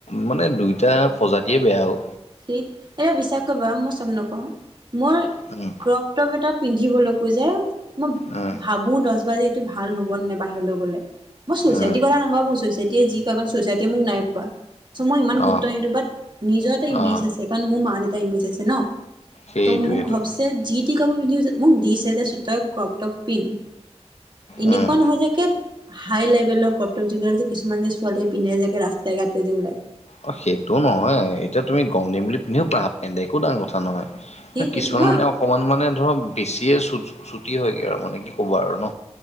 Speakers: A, on the left; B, on the right.
A: মানে দুইটা প্ৰজাতিয়ে বেয়া অ।
B: ঠিক। এতিয়া বিশ্বাস কৰিবা মই চব নকওঁ। মই
A: উম।
B: ক্ৰপ টপ এটা পিন্ধিবলৈকো যে মই
A: উম
B: ভাবো দছ বাৰ যে এইটো ভাল হ'ব নে নাই বাহিৰলে গ'লে? মই ছোছাইটিৰ
A: উম
B: কথা নাভাবো ছোছা যেতিয়াই যি ক'বা ছছাইটিয়ে মোক নাই খুৱা চ' মই ইমান গুৰুত
A: অ
B: কিন্তু বাট নিজৰ এটা ইমেজ
A: অ
B: আছে কাৰণ মোৰ মা-দেউতা ইমেজ আছে ন,
A: সেইটোৱেইটো
B: ট মোক ঘৰ যে যি তি কাপোৰ পিন্ধি গৈছে। মোক দিছে যে তই ক্ৰপটপ পিন্ধ। এনেকুৱা
A: উম
B: নহয় যে কেব হাই লেভেলৰ ক্ৰপটপ যিবিলাক যে কিছুমান যে ছোৱালীয়ে পিন্ধে যে একে ৰাস্তাই-ঘাটে যে ওলায়।
A: অ সেইটো নহয়। এতিয়া তুমি গৰম দিন বুলি পিন্ধিব পাৰা হাফ পেণ্ট এটা একো ডাঙৰ কথা নহয়।
B: সেইটোৱে
A: কিছুমান
B: মই
A: মানে অকমান মানে ধৰ বেছিয়ে চু-চু-চুটি হয়গে আৰু মানে কি ক'ব আৰু ন।